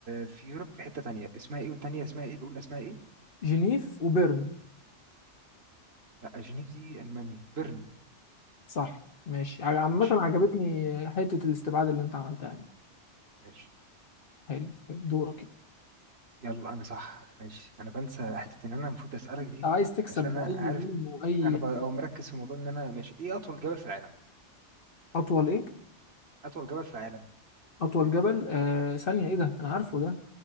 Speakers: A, on the right; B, on the left.
A: في يوروب في حته تانية اسمها ايه والتانية اسمها ايه الاولى اسمها ايه
B: جنيف وبيرن
A: لا جنيف دي المانيا بيرن
B: صح ماشي ع- عامة
A: ماشي
B: عجبتني
A: آه،
B: حتة الاستبعاد اللي انت عملتها دي
A: ماشي
B: حلو حلو دورك يعني.
A: يلا انا صح ماشي انا بنسى حته ان انا المفروض اسالك
B: انت
A: دي
B: عايز تكسب
A: عشان
B: بأي
A: انا عارف
B: جيم وأي
A: انا بقى او مركز في موضوع ان انا ماشي ايه اطول جبل في العالم
B: أطول ايه؟
A: اطول جبل في العالم
B: أطول جبل آه ثانية
A: مم.
B: ايه ده؟ أنا عارفه ده